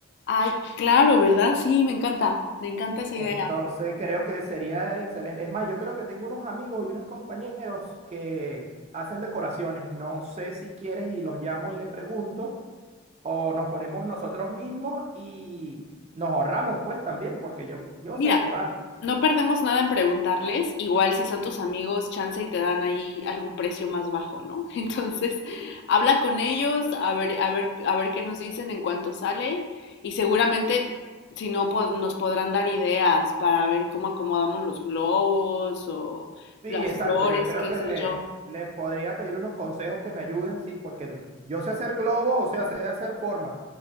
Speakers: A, on the left (about 55°); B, on the right (about 30°).
A: Ay, claro, ¿verdad? Sí, me encanta, me encanta esa idea.
B: Entonces creo que sería excelente. Es más, yo creo que tengo unos amigos y unos compañeros que hacen decoraciones. No sé si quieres y los llamo y le pregunto o nos ponemos nosotros mismos y nos ahorramos pues también, porque yo, yo
A: Mira,
B: sé decorar.
A: no perdemos nada en preguntarles, igual si son tus amigos, chance y te dan ahí algún precio más bajo, ¿no? <laughs> Entonces, habla con ellos, a ver, a ver, a ver qué nos dicen en cuánto sale y seguramente si no po- nos podrán dar ideas para ver cómo acomodamos los globos o
B: Sí,
A: las
B: exacto.
A: flores,
B: Yo creo
A: qué
B: que
A: sé
B: le,
A: yo.
B: le podría pedir unos consejos que me ayuden, sí, porque n- yo sé hacer globos, o sea, sé hacer formas,